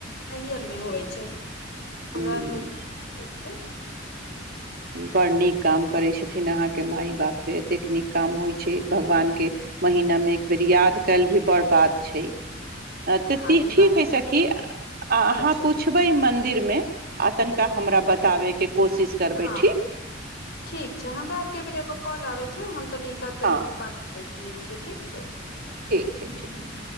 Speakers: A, on the left; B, on the right.
A: नैहर में होबइ छै
B: हूँ
A: हमरा आर नैहर में होइ छै
B: बड नीक काम करै छथिन अहाँके माय बाप रे एतेक नीक काम होइ छै भगवान के महिनामे एक बेर याद कयल भी बड़ बात छै अ त
A: हँ
B: तै
A: ई
B: ठीक
A: बात
B: हइ
A: भी
B: सखी अहाँ
A: अच्छा
B: पुछबै मइ फिर मे आ तनिका हमरा बतावे के कोशिश करबय
A: हां ठीक छै हमरा आर के भी एगो काॅल आबैछै हँ हँ तनि एक तनी
B: हँ
A: बात करय लियए छियै ठीक छै
B: ठीक छै ठीक छै